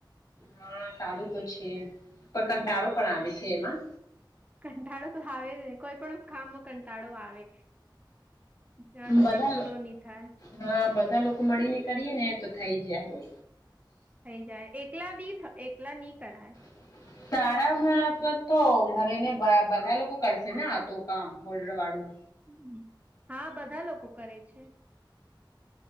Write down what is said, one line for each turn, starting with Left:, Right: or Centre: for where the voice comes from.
Left: હા સારું તો છે પણ કંટાળો પણ આવે છે એમાં.
Right: કંટાળો તો આવે જ નહી કોઈ પણ કામમાં કંટાળો આવે. જ્યાં સુધી
Left: બધા
Right: પૂરો નહી થાય.
Left: હા બધા લોકો મળીને કરીએે ને તો થઈ જાય.
Right: થઈ જાય એકલા બી એકલા ની કરાય.
Left: <unintelligible> <inaudible> તારા મત તો ઘરે ને બધા લોકો કરશે ને આ તો કામ હોલ્ડર વાળું?
Right: હમ હા બધા લોકો કરે છે.